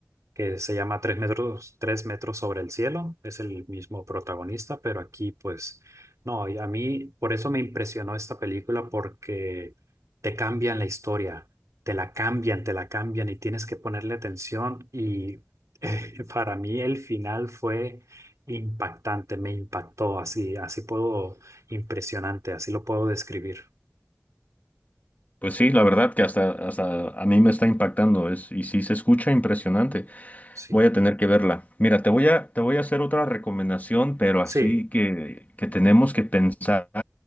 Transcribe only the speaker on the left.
Pues sí, la verdad que hasta, hasta a mí me está impactando es, y sí se escucha impresionante.
Voy a tener que verla. Mira, te voy a, te voy a hacer otra recomendación, pero
así que, que tenemos que pensar